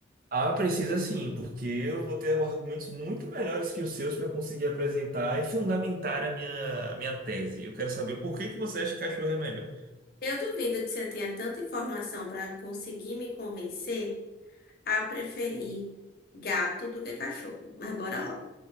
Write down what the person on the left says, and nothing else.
Eu duvido que você tenha tanta informação para conseguir me convencer a preferir gato do que cachorro. Mas bora lá.